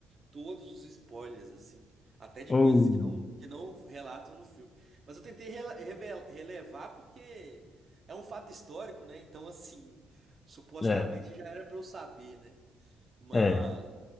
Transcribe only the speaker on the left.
Ou,
é,
é,